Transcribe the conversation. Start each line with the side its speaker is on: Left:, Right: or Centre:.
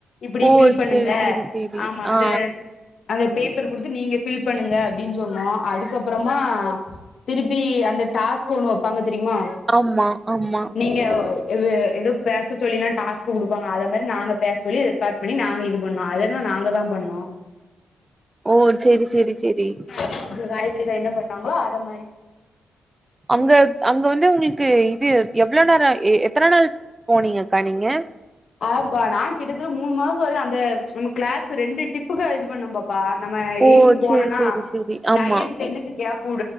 Left: இப்டி
Right: ஓ
Left: ஃபில் பண்ணுங்க
Right: சேரி சேரி சேரி
Left: ஆமா அந்த
Right: ஆ
Left: அந்த பேப்பர் குடுத்து நீங்க ஃபில் பண்ணுங்க அப்டின்னு சொன்னோ அதுக்கப்பறமா திருப்பி அந்த டாஸ்க் ஒண்ணு வைப்பாங்க தெரியுமா
Right: ஆமா ஆமா
Left: நீங்க ஏதோ பேச சொல்லிலா டாஸ்க்கு குடுப்பாங்க அத மேரி நாங்க பேச சொல்லி ஸ்டார்ட் பண்ணி நாங்க இது பண்ணோ அதெல்லா நாங்க தா பண்ணோ
Right: ஓ சேரி சேரி ரேரி
Left: கொஞ்ச காயத்ரிகு என்ன பண்ணாங்களோ அத மாரி
Right: அங்க அங்க வந்து உங்களுக்கு இது எவ்ளோ நேரோ எத்தன நாள் போனீங்கக்கா நீங்க
Left: ஆம்பா நா கிட்டத்தட்ட மூணு மாசோ வரே அந்த நம்ம க்ளாஸ் ரெண்டு டிப் புக்கு இது பண்ணுன பாப்பா நம்ம
Right: ஓ
Left: எயித்து போனனா
Right: சேரி சேரி சேரி ஆமா
Left: நைன் டென்னுக்கு கேப்